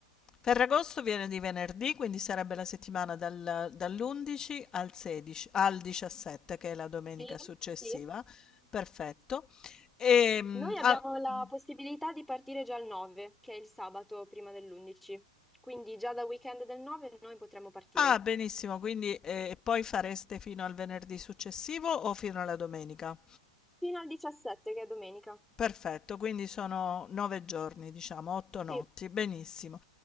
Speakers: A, on the left; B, in the centre.
A: Ferragosto viene di venerdì, quindi sarebbe la settimana dal dall'11 al 16 al 17 che è la domenica
B: Sì,
A: successiva,
B: sì.
A: perfetto. Ehm,
B: Noi abbiamo
A: al
B: la
A: mh.
B: possibilità di partire già il 9, che è il sabato prima dell'11, quindi già da weekend del 9 noi potremmo partire
A: Ah, benissimo, quindi, ehm, e poi fareste fino al venerdì successivo o fino alla domenica?
B: fino al 17, che è domenica.
A: Perfetto, quindi sono 9 giorni, diciamo, 8 notti,
B: Sì,
A: benissimo.